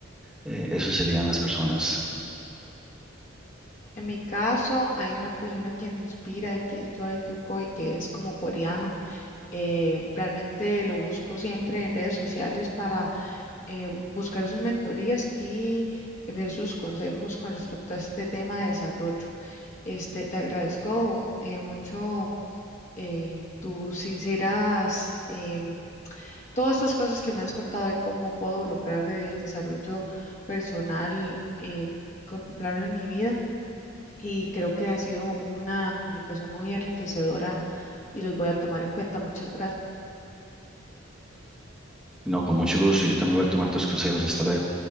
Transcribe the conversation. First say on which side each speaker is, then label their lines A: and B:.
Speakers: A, in the centre; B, on the left (about 35°).
A: eh, eso serían las personas.
B: En mi caso, hay una persona que me inspira, que es Choi Yukoi, que es como coreano. Eh, realmente lo busco siempre en redes sociales para eh, buscar sus mentorías y ver sus consejos con respecto a este tema de desarrollo. Este, te agradezco eh, mucho eh, tus sinceras, em, todas estas cosas que me has contado de cómo puedo lograr el desarrollo personal eh, contemplable en mi vida y creo que ha sido una comunicación muy enriquecedora y los voy a tomar en cuenta. Muchas gracias.
A: No, con mucho gusto y yo también voy a tomar tus consejos. Hasta luego.